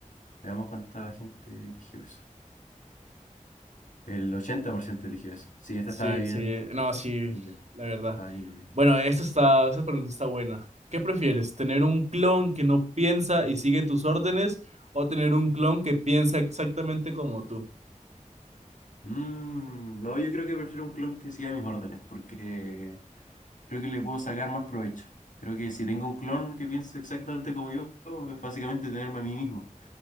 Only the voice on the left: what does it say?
Veamos cuánta gente eligió eso. El 80% eligió eso. Sí, esta
estaba bien.
Ya,
Estaba bien, bien.
Mm, no, yo creo que prefiero un clon que siga mis órdenes, porque creo que le puedo sacar más provecho. Creo que si tengo un clon que piense exactamente como yo, es básicamente tenerme a mí mismo.